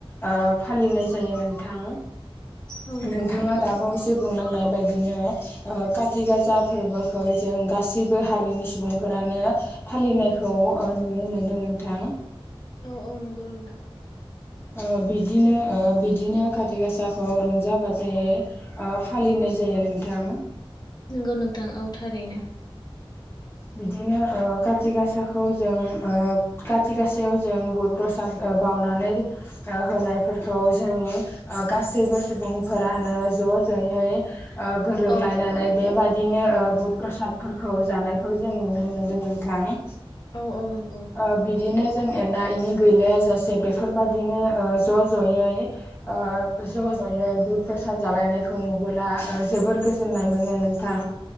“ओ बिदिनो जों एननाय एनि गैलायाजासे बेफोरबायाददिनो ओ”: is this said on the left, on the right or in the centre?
Left